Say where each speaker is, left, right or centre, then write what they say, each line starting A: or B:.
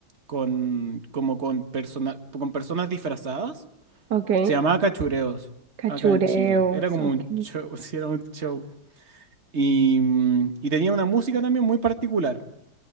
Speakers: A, on the right (about 35°); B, on the right (about 60°).
A: con, como con, persona- con personas disfrazadas.
B: ok.
A: Se llamaba Cachureos,
B: Cachureos,
A: acá en Chile. Era como
B: ok.
A: un show, <laughs> sí, era un show. Y, mm, y tenía una música también muy particular,